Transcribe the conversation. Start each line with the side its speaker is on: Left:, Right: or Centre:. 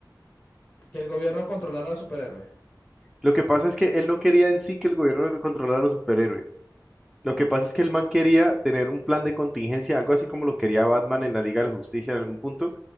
Left: que el gobierno controlara a los superhéroes.
Centre: Lo que pasa es que él no quería en sí que el gobierno le controlara a los superhéroes. Lo que pasa es que el man quería tener un plan de contingencia, algo así como lo quería Batman en la Liga de la Justicia en algún punto.